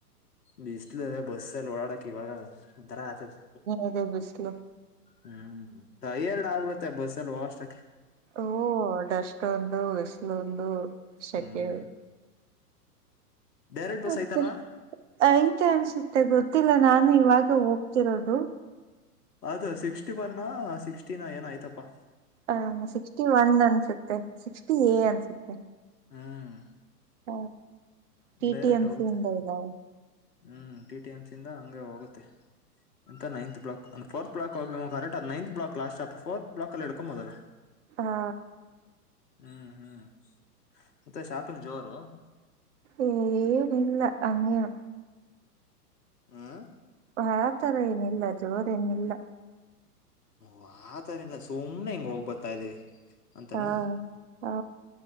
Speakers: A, on the left; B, on the right.
A: ಬಿಸ್ಲು ಅದೆ ಬಸ್ಸಲ್ಲಿ ಓಡಾಡಕ್ ಇವಾಗ ಒಂಥರಾ ಆತದೆ.
B: ಉರಿ ಬಿಸ್ಲು.
A: ಹ್ಮ್ ಟಯರ್ಡ್ ಆಗ್ಬಡುತ್ತೆ ಬಸ್ಸಲ್ಲಿ ಹೋಗಷ್ಟತ್ಕೆ.
B: ಓ ಡಸ್ಟ್ ಒಂದು ಬಿಸಿಲು ಒಂದು ಸೆಕೆ.
A: ಹ್ಮ್ ಡೈರೆಕ್ಟ್ ಬಸ್
B: ಮತ್ತೆ
A: ಐತಲ್ವಾ
B: ಐತೆ ಅನ್ಸುತ್ತೆ ಗೊತ್ತಿಲ್ಲ ನಾನು ಇವಾಗ ಹೋಗ್ತಿರೋದು.
A: ಅದು ಸಿಕ್ಸ್ಟಿ ಒನ್ನೊ ಸಿಕ್ಸ್ಟಿನೊ ಏನೊ ಐತಪ್ಪಾ.
B: ಹ ಸಿಕ್ಸ್ಟಿ ಒನ್ ಅನ್ಸುತ್ತೆ ಸಿಕ್ಸ್ಟಿ ಎ ಅನ್ಸುತ್ತೆ
A: ಹ್ಮ್
B: ಹ T.
A: Direct
B: T. M.
A: ಹೋಗುತ್ತೆ
B: P ಇಂದ ಇದಾವ
A: ಹ್ಮ್ ಟಿ. ಟಿ. ಎಂ. ಪಿ ಇಂದ ಹಂಗೆ ಹೋಗುತ್ತೆ ಅಂತ ninth block fourth block correct ಅದ್ ninth block last stop fourth block ಅಲ್ಲಿ ಇಳ್ಕೊಬೋದಲ್ಲ
B: ಹಾ
A: ಹ್ಮ್ ಹ್ಮ್ ಮತ್ತೆ ಶಾಪಿಂಗ್ ಜೋರು
B: ಏನಲ್ಲ ಅಂಗೇನು
A: ಆ
B: ಆ ತರ ಏನಿಲ್ಲ ಜೋರ್ ಏನಿಲ್ಲ
A: ನ ಆತರ ಇಲ್ಲ ಸುಮ್ನೆ ಹಿಂಗ್ ಹೋಗ್ ಬರ್ತಾ ಇದವಿ ಅಂತಾನ
B: ಹಾ ಹಾ